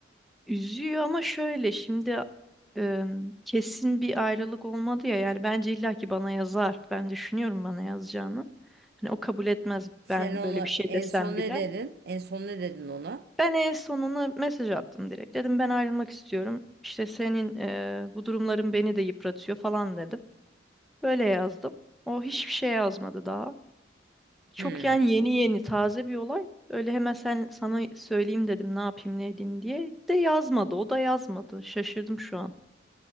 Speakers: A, in the centre; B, on the right.
A: Üzüyor ama şöyle şimdi e, kesin bir ayrılık olmadı ya yani bence illaki bana yazar. Ben düşünüyorum bana yazacağını. Hani o kabul etmez ben
B: Sen
A: böyle
B: ona
A: bir şey desem
B: en son
A: bile.
B: ne dedin? En son ne dedin ona?
A: Ben en sonuna mesaj attım direkt. Dedim ben ayrılmak istiyorum. İşte senin e, bu durumların beni de yıpratıyor falan dedim. Böyle yazdım. O hiçbir şey yazmadı daha. Çok
B: Hmm,
A: yani yeni yeni taze bir olay. Öyle hemen sen sana söyleyeyim dedim ne yapayım ne edeyim diye. De yazmadı. O da yazmadı. Şaşırdım şu an.